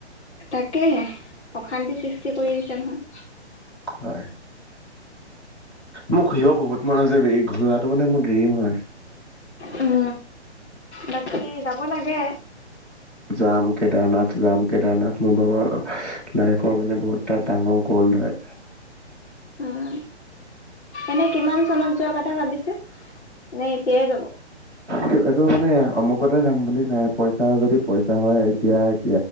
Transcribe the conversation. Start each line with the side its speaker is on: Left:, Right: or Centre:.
Left: তা'কে অশান্তি সৃষ্টি কৰি দিছে নহয়।
Centre: হয় মোক ঘৰিব বহুত মন আছে ঘূৰাৰাটো মানে মোৰ দেৰিম হয়
Left: উম বাকী যাব লাগে
Centre: যাম কেদাৰনাথ যাম কেদাৰনাথ মোৰ ভৰ লাইফৰ মানে বহুতটা ডাঙৰ গ'ল ধৰে
Left: উম। এনে কিমান চনত যোৱা কথা ভাবিছে নে এতিয়াই যাব
Centre: কি এইটো মানে অমুক কতে যাম বুলি নাই পইচা যদি পইচা হয় এতিয়া কি